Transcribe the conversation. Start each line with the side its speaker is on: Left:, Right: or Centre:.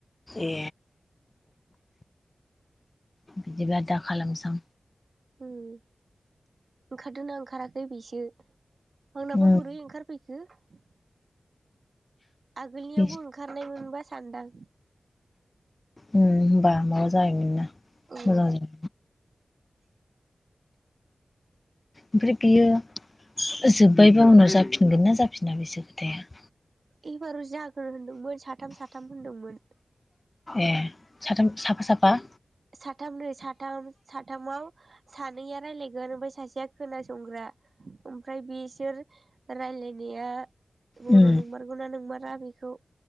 Left: ए बिदिबा दा खालामसां।
Right: ओं ओंखारदोंना ओंखाराखै बेसो आंनाबा
Left: उम
Right: बोरै ओंखारफैखो। खो आगोलनियावबो
Left: उम
Right: ओंखारनाय मोनबा सानदां।
Left: ओ होनबा माबा जायोमोनना
Right: औ
Left: मोजां जाय ओमफ्राय बियो जोब्बायबा उनाव जाफिनगोन ना जाफिना बेसो खोथाया।
Right: एबार' जाग्रो होनदोंमोन साथाम साथाम होनदोंमोन।
Left: ए साथाम साफा साफा?
Right: साथामनै साथाम साथामाव सानैया राय्लायगोन ओमफ्राय सासेया खोनासंग्रा ओमफ्राय बिसोर रायलायनाया बर'
Left: उम
Right: नंमारगौना नोंमारा बेखौ